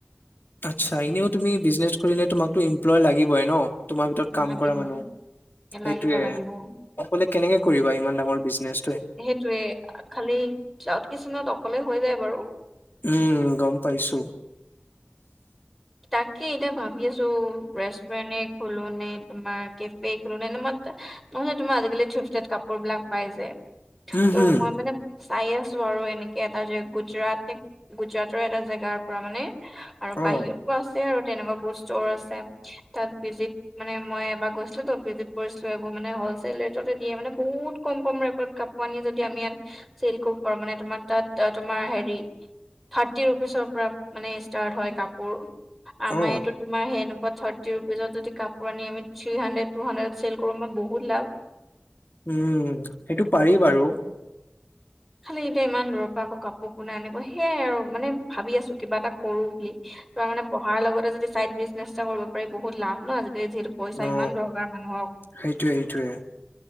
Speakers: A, on the left; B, in the centre.
A: আচ্ছা, এনেও তুমি ব্ৰিজনেছ কৰিলে তোমাকতো এমপ্লয় লাগিবই ন তোমাৰ ভিতৰত কাম
B: লাগিবই
A: কৰা মানুহ, সেইটোয়ে
B: লাগিব লাগিব
A: অকলে কেনেকে কৰিবা ইমান ডাঙৰ ব্ৰিজনেচ
B: সেইটোৱে খালি ক্লাঊদ কিচিনত অকলে হৈ যায় বাৰু।
A: উম, গ'ম পাইছোঁ।
B: তাকে এতিয়া ভাবি আছোঁ, ৰেষ্টুৰেণ্টে খোলোনে তোমাৰ কেফে খোলোনে তোমাৰ নহ'লে মই তোমাৰ আজিকালি থিফতত কাপোৰ বিলাক পাই যে
A: উম
B: তোৰ
A: হম
B: মই মানে চাই আছোঁ আৰু এনেকে এটা যে গুজৰাট গুজৰাটৰ এটা জেগাৰ পৰা মানে আৰু
A: অ
B: বাহিৰত আছে আৰু তেনেকুৱা বহুত ষ্টৰ আছে। তাত ভিজিট মানে মই এবাৰ গৈছিলোঁ তোৰ ভিজিট কৰিছিলোঁ এইবোৰ মানে হ'ল চেল ৰেটতে দিয়ে মানে বহুত কম কম ৰেটত কাপোৰ আনি যদি আমি ইয়াত চেল কৰিব পাৰোঁ মানে তোমাৰ তাত তোমাৰ হেৰি থ্ৰাৰ্টি ৰুপিচৰ পৰা মানে ষ্টাৰ্ট হয় কাপোৰ। আমাৰ
A: অ
B: ইয়াতো তোমাৰ সেনে থ্ৰাৰ্টি ৰুপিজত যদি কাপোৰ আনি আমি three hundred, two hundred cell কৰোঁ আমাৰ বহুত লাভ।
A: উম, সেইটো পাৰি বাৰু।
B: খালি এতিয়া ইমান দূৰৰ পৰা আকৌ কাপোৰ কোনে আনিব সেয়াই আৰু মানে ভাবি আছো কিবা এটা কৰো বুলি তোাৰ মানে পঢ়াৰ লগতে যদি চাইদ বিজনেছ এটা কৰিব পাৰি বহুত লাভ নজ যিহেতু পইচা
A: অ
B: ইমান দৰকাৰ মানুহক
A: সেইটোয়ে সেইটোয়ে